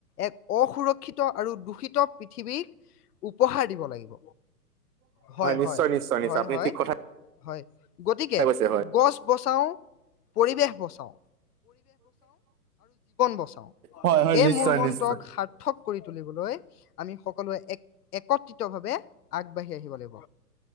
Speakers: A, on the left (about 70°); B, on the right (about 65°).
A: এক অসুৰক্ষিত আৰু দূষিত পৃথিৱীক‌ উ', উপহাৰ দিব লাগিব। হয়
B: নিশ্চয়
A: হয়
B: নিশ্চয় নিশ্চয়
A: হয়
B: আপুনি
A: হয়
B: ঠিক কথা
A: হয় গতিকে,
B: কৈছে হয়
A: গছ বচাওঁ পৰিৱেশ বচাওঁ। বচাও
B: হয় হয়।
A: এই
B: নিশ্চয়
A: <inaudible> ৰ মনন্তটক
B: নিশ্চয়
A: সাৰ্থক কৰি তুলিবলৈ আমি সকলোৱে এক একত্ৰিত ভাৱে আগবাঢ়ি আহিব লাগিব।